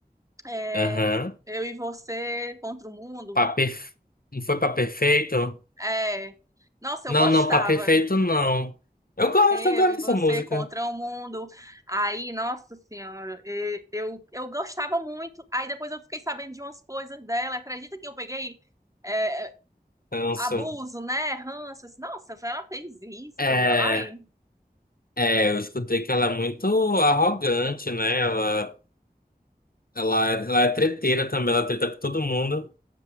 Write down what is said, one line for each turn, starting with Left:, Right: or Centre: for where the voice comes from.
Right: é,
Left: Aham.
Right: Eu e Você contra o Mundo.
Left: Pra perf- Não foi pra perfeito?
Right: É, nossa, eu
Left: Não,
Right: gostava.
Left: não, pra perfeito não. Eu gosto,
Right: Eu
Left: eu gosto
Right: e Você
Left: dessa música.
Right: contra o Mundo. Aí, nossa senhora, e- eu, eu gostava muito. Aí depois eu fiquei sabendo de umas coisas dela. Acredita que eu peguei é,
Left: Canso.
Right: abuso, né? Ranças. Nossa, ela fez isso.
Left: É.
Right: Ai.
Left: É, eu escutei que ela é muito arrogante, né? Ela, ela, é- ela é treteira também, ela treta com todo mundo.